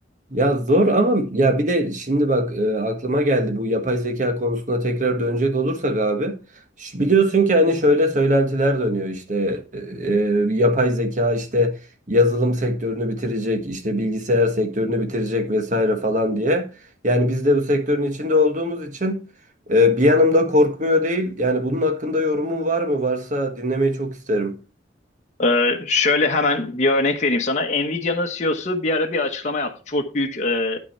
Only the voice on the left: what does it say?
Ee, şöyle hemen bir örnek vereyim sana. Nvidia'nın CEO'su bir ara bir açıklama yaptı. Çok büyük e,